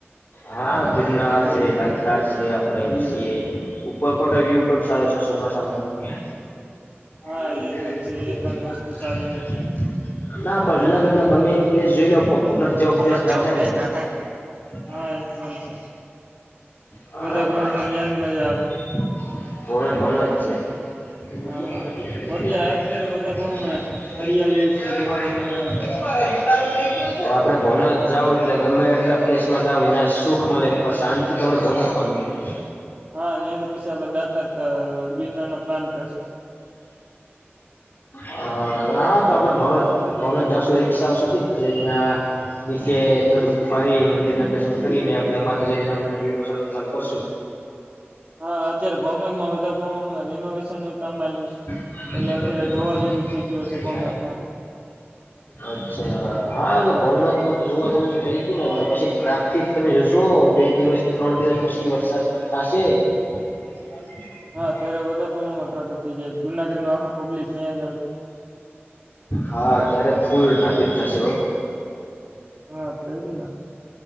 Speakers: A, on the left; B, on the right.
A: હા, જુમનાર છે, દતાર છે આપડે એ ઉપર કોટ વ્યુઈન્ટ સારો છે. ચોમાસામનો, ક્યાં?
B: હા
A: <unintelligible>
B: એ પણ છે એ પણ વસ્તુ સારી છે
A: ના પણ જુનાગઢમાં ગમે પ્લેસ જોઈ લેવ <unintelligible>
B: ત્યાં
A: જેવો પ્લેસનાં
B: જો
A: થાય
B: અભ્યાસ
A: ને.
B: ના થાય ને
A: <inaudible>
B: હા એ પણ છે
A: હા.
B: વધારે
A: <unintelligible>
B: પ્રમાણમાં ન્યાજ મજા આવે
A: ભણત છે. <unintelligible> <unintelligible>
B: હા અત્યારે અત્યારે વધારે પ્રમાણમાં હરિયાલી છે જોવાની મજા આવે
A: આપડે ભવનાથ જાવ એટલે ગમે એટલા પ્લેસમાં જાાવ જ્યા સુખ મળે પણ શાંતિ તોડે ભહમકમાં મળે <inaudible> <inaudible>
B: હા ત્યાંથી પછી આપડે દાતાર ગિરનાર નો પ્લાન કરશું
A: હ હા તો આપડે ભ ભ જશો રિક્ષાઓ સુધી ને પછી અહં મચે ત ફરી મ દર્શન કરીને આપે માતાજીમ ડું ચાલુ કરશું
B: હા અત્યારે ભવનાથમાં વધારે પ્રમાણમાં રિનોવેશન ન કામ આ્યું છે
A: <inaudible>
B: એટલે અત્યારે જોવા જેવું થઈ ગયું હશે ભવનાથમાં
A: અચ્છા હા ભવનાથ માં તો જોવા જોવું થઈ ગયું નેને પછી ટ્રાફિક તમે જોશો બે દિવસ ત્રણ દિવસ પછી વરસાદ થશે <inaudible>
B: હા અત્યારે વધારે પ્રમાણમાં ટ્રાફિક થઈ જાય જુનાગઢ નું આખું પબ્લિક ન્યાં જ આવે
A: હાત્યારે ફૂલ ટ્રાફિક થશે ઓ
B: હા તોજ ના